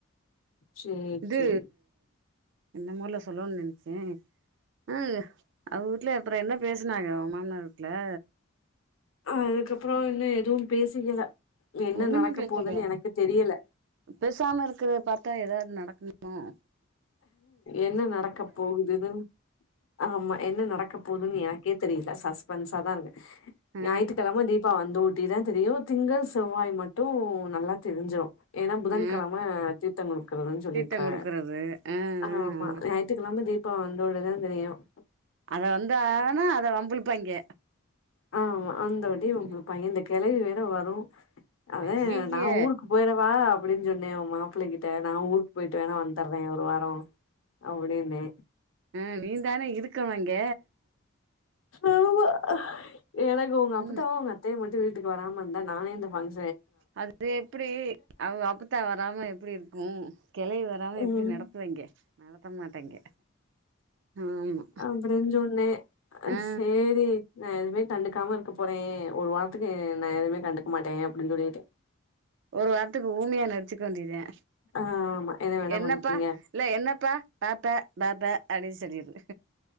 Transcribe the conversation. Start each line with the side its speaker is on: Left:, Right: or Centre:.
Left: சேரி
Right: இது
Left: சேரி
Right: என்னமோ முதல்ல சொல்லன்னனு நினச்சே ஆஹ் அவ வீட்ல அப்புறோ என்ன பேசுனாங்க மாமனார் ல
Left: அதுக்கப்புறோ இன்னும் எதுவு பேசிக்கல என்ன
Right: ஒன்னுமே
Left: நடக்க
Right: பேசலையா
Left: போதுன்னு எனக்கு தெரியல
Right: பேசாம இருக்கிறதா பார்த்தா ஏதாவது நடக்கும் மா
Left: என்ன நடக்கப்போகுதுன்னு ஆமா என்ன நடக்கப் போதுன்னு எனக்கே தெரியில சஸ்பென்ஸா தா இருக்கு
Right: ஆ
Left: ஞாயித்துக்கெழம தீபா வந் தோ ஒட்டி தா தெரியும் திங்கள் செவ்வாய் மட்டும் நல்லா தெரிஞ்சிரும் ஏன்னா புதன்கெழம
Right: ஆ
Left: தீர்த்தோ குடுக்குறதுன்னு சொல்லிருக்காங்க
Right: சீத்தம் குடுக்கறது ஆ ஆ
Left: ஆமா
Right: ஆ
Left: ஞாயித்துக்கிழ தீபா வந்தோன்ன தா தெரியும்
Right: அவ வந்தானா அவள வம்பிழுப்பாய்ங்க
Left: ஆமா வந்தங்காட்டியு ஒம்பிழுப்பாய்ங்க
Right: ம்
Left: இந்த கெழவி வே என்ன வரும் அதான்
Right: ஐய்யய்ய
Left: நா ஊருக்கு போய்டவா அப்டின்னு சொன்னே மாப்பிள்ள கிட்ட நா ஊருக்கு போயிட்டு வேணா வந்தட்றேன் வரோம் அப்படின்னு
Right: அ நீ தான இருக்கணு அங்க
Left: ஆமா எனக்கு ஒங்க அப்பத்தாவும்
Right: ம்
Left: ஒங்க அத்தையு மட்டும் வீட்டுக்கு வராம இருந்தா நானே இந்த ஃபங்
Right: அது எப்டி அவ அப்பத்தா வராம எப்டி இருக்கும் கெழவி வராம
Left: ம்
Right: எப்டி நடத்துவாய்ங்க நடத் நடத்த மாட்டாங்க ஆமா
Left: அப்டின்னு சொன்னே
Right: அ ஆ
Left: சேரி நா எதுமே கண்டுக்காம இருக்க போறேன் ஒரு வாரத்துக்கு நா எதுமே கண்டுக்க மாட்டேன் அப்டின்னு சொல்லிட்டேன்
Right: ஒரு வாரத்துக்கு ஊமையா நடிச்சுக்க வேண்டிதா
Left: ஆமா என்ன வேணா
Right: என்னப்பா
Left: பண்ணிக்கங்க
Right: இல்ல என்னப்பா ப பப அப்டின்னு சொல்லிடு